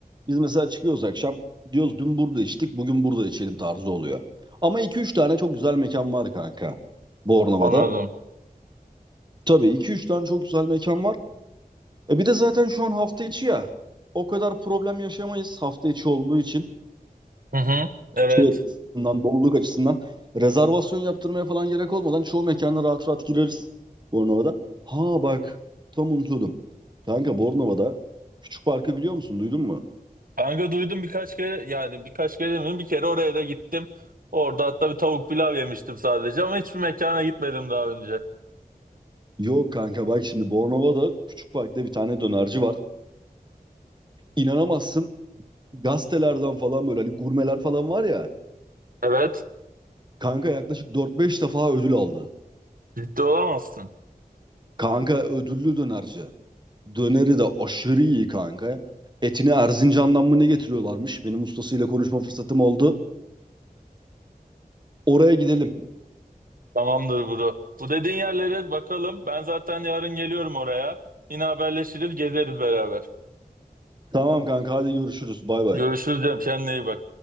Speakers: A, on the right (about 30°); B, on the right (about 65°).
A: Biz mesela çıkıyoruz akşam diyoruz dün burada içtik bugün burada içelim tarzı oluyor. Ama iki üç tane çok güzel mekan var kanka Bornova'da.
B: Anladım.
A: Tabii iki üç tane çok güzel mekan var. E bir de zaten şu an hafta içi ya. O kadar problem yaşamayız hafta içi olduğu için.
B: Hı hı. Evet.
A: Şey açısından, doluluk açısından. Rezervasyon yaptırmaya falan gerek olmadan çoğu mekana rahat rahat gireriz Bornova'da. Ha bak tam unutuyordum. Kanka Bornova'da Küçük Park'ı biliyor musun? Duydun mu?
B: Kanka duydum birkaç kere yani birkaç kere demedim bir kere oraya da gittim. Orada hatta bir tavuk pilav yemiştim sadece ama hiçbir mekana gitmedim daha önce.
A: Yok kanka bak şimdi Bornova'da Küçük Park'ta bir tane dönerci var. İnanamazsın gazetelerden falan böyle hani gurmeler falan var ya.
B: Evet
A: Kanka yaklaşık dört beş defa ödül aldı.
B: ciddi olamazsın.
A: Kanka ödüllü dönerci. Döneri de aşırı iyi kanka. Etini Erzincan'dan mı ne getiriyorlarmış? Benim ustasıyla konuşma fırsatım oldu. Oraya gidelim.
B: Tamamdır bro. Bu dediğin yerlere bakalım. Ben zaten yarın geliyorum oraya. Yine haberleşiriz gezeriz beraber.
A: Tamam kanka hadi görüşürüz. Bay bay.
B: Görüşürüz canım kendine iyi bak.